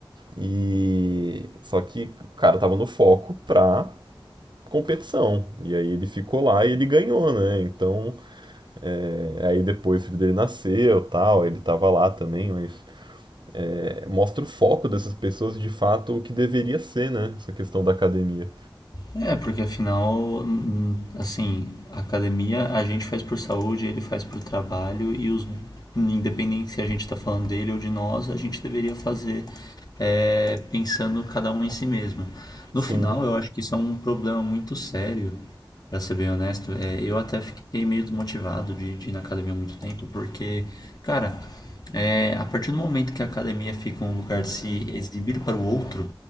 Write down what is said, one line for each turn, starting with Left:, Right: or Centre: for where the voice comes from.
Right: E só que o cara tava no foco pra competição. E aí ele ficou lá e ele ganhou, né? Então, é, aí depois o filho dele nasceu, tal, ele tava lá também, mas é, mostra o foco dessas pessoas de fato o que deveria ser, né? Essa questão da academia.
Left: É, porque afinal, hum, assim, a academia a gente faz por saúde, ele faz por trabalho e os, independente se a gente tá falando dele ou de nós, a gente deveria fazer é, pensando cada um em si mesmo. No
Right: Sim.
Left: final, eu acho que isso é um problema muito sério Pra ser bem honesto, é, eu até fiquei meio desmotivado de, de ir na academia há muito tempo, porque, cara, é, a partir do momento que a academia fica um lugar de se exibir para o outro,